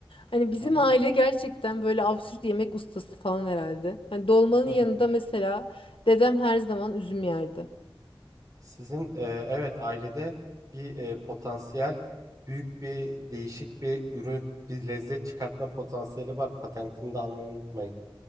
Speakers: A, on the left; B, on the right.
A: Hani bizim
B: Hı hı.
A: aile gerçekten böyle absürt yemek ustası falan herhalde. Hani dolmanın
B: Hı
A: yanında
B: hı.
A: mesela dedem her zaman üzüm yerdi.
B: Sizin e, evet ailede bir e, potansiyel büyük bir değişik bir ürün bir lezzet çıkartma potansiyeli var. Patentini de almayı unutmayın.